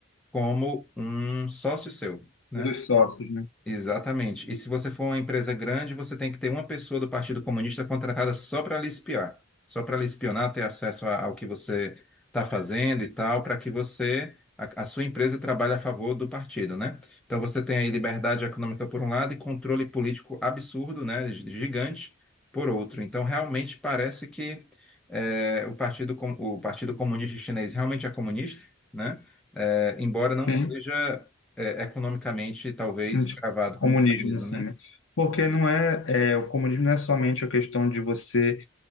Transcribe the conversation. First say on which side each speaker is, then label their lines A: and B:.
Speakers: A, in the centre; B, on the left.
A: como um sócio seu, né?
B: Um dos sócios, né?
A: Exatamente. E se você for uma empresa grande, você tem que ter uma pessoa do Partido Comunista contratada só para lhe espiar, só para lhe espionar, ter acesso a- ao que você está fazendo e tal, para que você, a, a sua empresa trabalhe a favor do partido, né? Então você tem aí liberdade econômica por um lado e controle político absurdo, né, gi- gigante, por outro. Então realmente parece que eh, o Partido, Com- o Partido Comunista Chinês realmente é comunista, né? Eh, embora não
B: Sim.
A: seja é, economicamente, talvez,
B: tipo,
A: cravado
B: comunismo
A: como comunismo,
B: assim,
A: né?
B: né? Porque não é, é, o comunismo não é somente a questão de você